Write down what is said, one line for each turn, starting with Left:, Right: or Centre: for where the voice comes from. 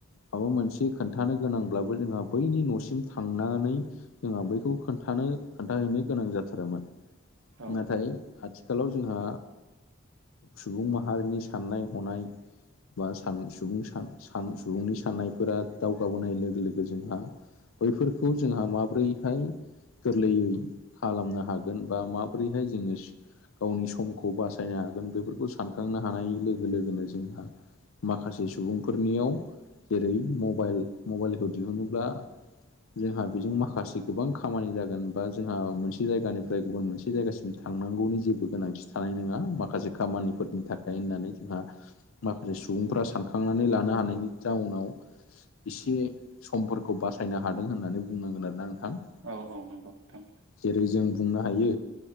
Left: माबा मोनसे खोन्थानो गोनांब्लाबो जोंहा बैनि न'सिम थांनानै जोंहा बैखौ खोन्थानो खोन्थाहैनो गोनां जाथारोमोन।
Right: औ
Left: नाथाय आथिखालाव जोंहा सुबुं माहारिनि साननाय हनाय बा स सुबुं सुबुंनि साननायफोरा दावगाबोनाय लोगो लोगो जोंहा बैफोरखौ जोंहा माब्रै गोरलैयै खालामनो हागोन बा माबोरैहाय जोङो गावनि समखौ बासायनो हागोन बेफोरखौ सानखांनो हानाय लोगो लोगोनो जोंहा माखासे सुबुंफोरनियाव जेरै मबाइल मबाइलखौ दिहुनोब्ला जोंहा बेजों माखासे गोबां खामानि जागोन बा जोंहा मोनसे जायगानिफ्राय गुबुन मोनसे जायगासिम थांनांगौनि जेबो गोनांथिं थानाय नङा माखासे खामानिफोरनि थाखाय होननानै जोंहा माखासे सुबुंफ्रा सानखांनानै लानो हानायनि जाउनाव एसे समफोरखौ बासायनो हादों होननानै बुंनांगोन आरोना नोंथां।
Right: औ-औ नंगौ नोंथां
Left: जेरै जों बुंनो हायो